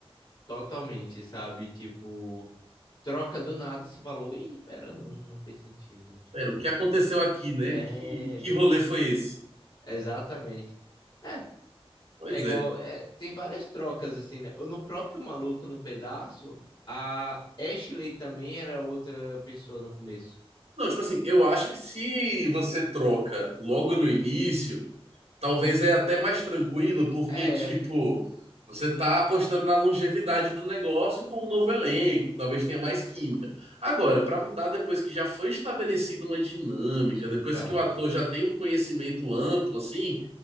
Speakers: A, on the left (about 50°); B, on the right (about 85°).
A: totalmente, sabe? Tipo, troca do nada, você falou, oi, pera, não, não fez sentido. Tipo,
B: Pera, o que aconteceu aqui, né?
A: é,
B: Que, que rolê foi esse?
A: exatamente. É,
B: Pois
A: é igual,
B: é.
A: é, tem várias trocas assim, né? No próprio Maluco no Pedaço, a Ashley também era outra pessoa no começo.
B: Não, tipo assim, eu acho que se você troca logo no início. Talvez é até mais tranquilo, porque,
A: É,
B: tipo, você tá apostando na longevidade do negócio com um novo elenco, talvez tenha mais química. Agora, para mudar depois que já foi estabelecida uma dinâmica,
A: então.
B: depois que o ator já tem um conhecimento amplo, assim,